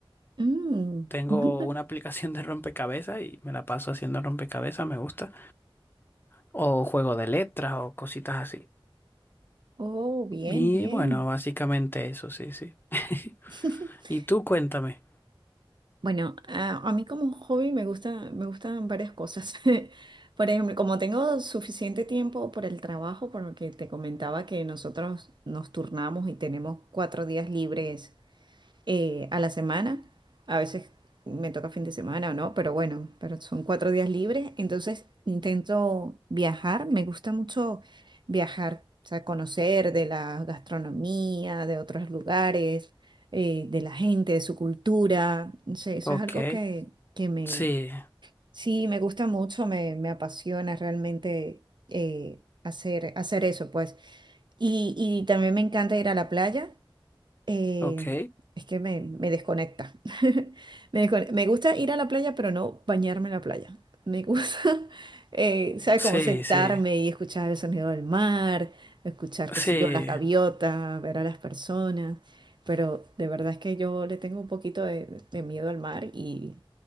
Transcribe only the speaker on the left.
Tengo
una aplicación de rompecabezas y me la paso haciendo rompecabezas, me gusta. O juego de letras o cositas así.
Y
bueno, básicamente eso, sí, sí. <laughs>
Y tú cuéntame.
Ok,
sí,
ok,
sí,
sí,
sí,